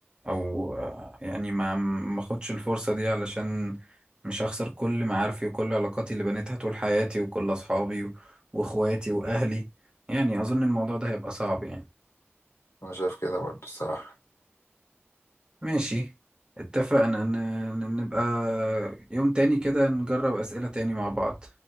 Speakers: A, on the right; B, on the left.
A: او آه، يعني ما ما اخدش الفرصة دي علشان مش هخسر كل معارفي وكل علاقاتي اللي بنيتها طول حياتي وكل اصحابي و- واخواتي واهلي يعني اظن الموضوع ده هيبقى صعب يعني
B: انا شايف كده برضو الصراحة
A: ماشي اتفقنا ن- ن- نبقى يوم تاني كده نجرب اسئلة تاني مع بعض